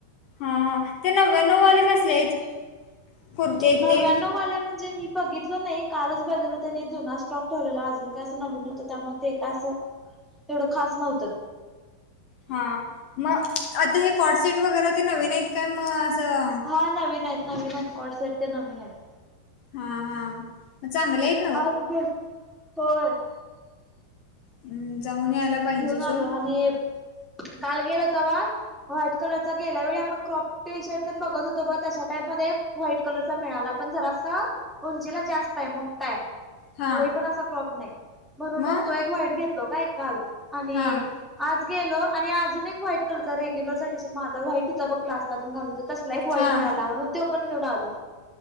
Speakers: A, on the left; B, in the centre.
A: हा, ते नव्यानववाले कसले आहेत? कुर्ते आहेत
B: नव्याण्व
A: ते
B: आले म्हणजे मी बघितले नाहीं कालचं बहिले त्यांनी जुनां स्टॉक ठेवलेला अजूंन कायं असं नवीन नवतं त्यामुळें ते कां असं तेवढं खांस नव्हतं
A: हां मंग आंता हे कॉड सेट वगैरें ते नवीन आहेत कायं मंग असं
B: हां नवीन आहेतं नवीन आहेतं कॉडसेट ते नवीन आहेतं
A: हां हां मंग चांगले आहेतं
B: आवांज येतों आहे होयं
A: अं, जाऊन यायला
B: मं
A: पाहिजे
B: घेऊन
A: सोड
B: आलो आणि कांल गेलं होतां वां व्हाईट कलरचा गेल्यां वेळी आपणं क्रॉप टी शर्ट पणं बघतं होतो बरं तशा टाईप मध्यें व्हाईट कलर चा मिळांला पणं जरांसा उंचीला जास्तं आहे मोठां आहे
A: हां
B: लई पणं असां क्रॉप नाहीं म्हणूंन मंग
A: मग
B: तो एक वाईट घेतलं काऐकाल आणि
A: हां
B: आंज गेलो आणि आंज एक व्हाईट कलर होतां रेग्युलर टूंशन माझाच व्हाईट होतां बघं क्लासलांन घालूंन तसलां एक वाईट
A: हां
B: मिळांला म्हंण तो पणं घेऊन आलो